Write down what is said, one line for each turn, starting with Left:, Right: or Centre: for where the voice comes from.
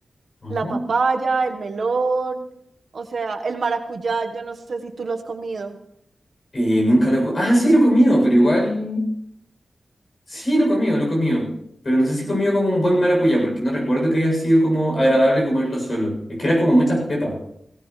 Left: Ajá.
Right: La papaya, el melón, o sea, el maracuyá, yo no sé si tú lo has comido.
Left: Eh, nunca lo he co- Ah, sí, lo he comido, pero igual. Sí, lo he comido, lo he comido. Pero no sé si he comido como un buen maracuyá, porque no recuerdo que haya sido como agradable comerlo solo. Es que era como muchas pepas.